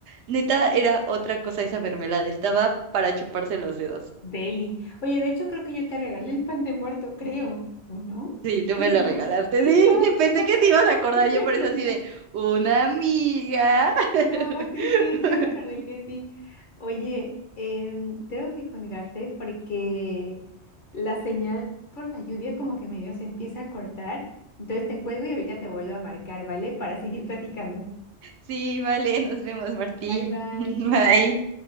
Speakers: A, on the right; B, on the left.
A: neta era otra cosa esa mermelada, estaba para chuparse los dedos.
B: Deli. Oye, de hecho creo que yo te regalé el pan de muerto, creo. ¿O no?
A: Sí, tú
B: Sí,
A: me lo
B: ¿no?
A: regalaste,
B: Sí,
A: sí.
B: yo
A: <laughs> Pensé
B: así me acuerdo.
A: que te ibas a acordar,
B: <laughs>
A: yo por eso así de una amiga. <laughs>
B: No, sí, sí, sí me acordé que sí. Oye, em, tengo que colgarte porque la señal por la lluvia como que medio se empieza a cortar. Entonces te cuelgo y ahorita te vuelvo a marcar, ¿vale? Para seguir platicando.
A: Sí, vale, nos vemos, Martí.
B: Bye, bye.
A: <laughs> Bye.